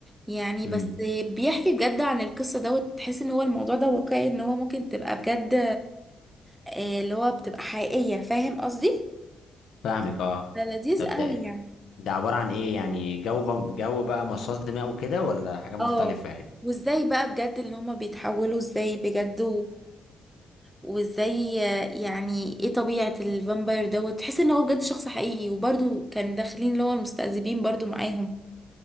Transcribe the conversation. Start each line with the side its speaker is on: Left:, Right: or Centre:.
Centre: يعني
Left: امم
Centre: بس بيحكي بجد عن القصه دوت تحس ان هو الموضوع ده واقعي ان هو ممكن تبقى بجد آه، اللي هو بتبقى حقيقيه فاهم قصدي
Left: فاهمك اه
Centre: ده لذيذ
Left: طب
Centre: قوي
Left: ده
Centre: يعني
Left: ده عبارة عن ايه يعني جو بم- جو بقى مصاص دماء وكده ولا حاجة مختلفة
Centre: اه
Left: يعني
Centre: وازاي بقى بجد اللي هما بيتحولوا ازاي بجد وازاي يعني ايه طبيعة الفامباير دوت تحس ان هو بجد شخص حقيقي وبرضو كان داخلين اللي هو المستذئبين برضو معاهم